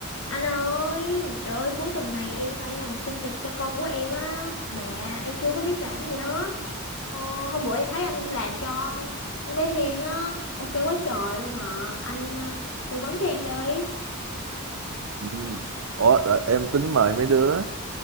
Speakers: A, on the left; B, on the right.
A: Anh ơi, trời ơi cuối tuần này em phải làm sinh nhật cho con của em á. Mà em chưa có biết làm gì hết. Ờ, hôm bữa em thấy anh làm cho con bé Thiên á, ok quá trời luôn ạ. Anh ờ, tư vấn cho em đi.
B: Ừ. Ủa, đợi, em tính mời mấy đứa